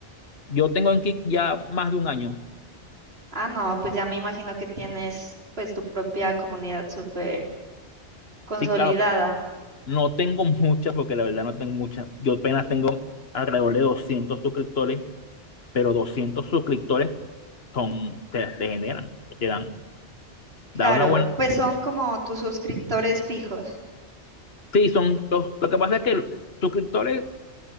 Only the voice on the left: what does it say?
Yo tengo en Kick ya más de un año.
Sí, claro, pero no tengo muchas, porque la verdad no tengo muchas. Yo apenas tengo alrededor de 200 suscriptores, pero 200 suscriptores son, te, te generan, te dan,
da una buena
Sí, son dos. Lo que pasa es que los suscriptores